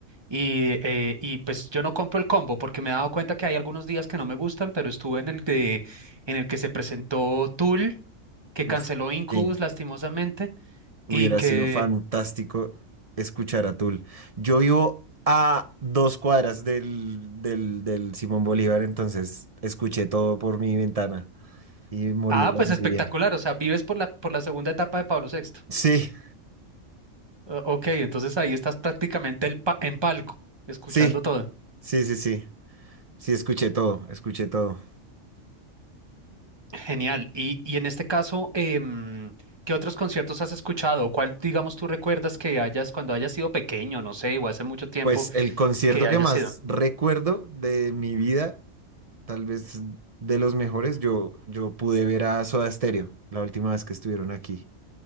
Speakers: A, on the right; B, on the right.
A: Y, eh, y pues yo no compro el combo porque me he dado cuenta que hay algunos días que no me gustan, pero estuve en el de, en el que se presentó Tool, que canceló
B: Uf,
A: Incubus
B: que
A: lastimosamente,
B: hubiera
A: y que,
B: sido fantástico escuchar a Tool Yo vivo a dos cuadras del, del, del Simón Bolívar, entonces escuché todo por mi ventana y morí
A: ah,
B: de la
A: pues
B: envidia.
A: espectacular, o sea, vives por la, por la segunda etapa de Pablo sexto
B: Sí,
A: O- ok, entonces ahí estás prácticamente el pa- en palco, escuchando
B: sí,
A: todo.
B: sí, sí, sí. Sí, escuché todo, escuché todo.
A: Genial. Y, y en este caso, em, ¿qué otros conciertos has escuchado? ¿Cuál, digamos, tú recuerdas que hayas, cuando hayas sido pequeño, no sé, o hace mucho tiempo
B: Pues el concierto
A: que hayas
B: que más
A: sido?
B: recuerdo de mi vida, tal vez de los mejores, yo, yo pude ver a Soda Stereo la última vez que estuvieron aquí.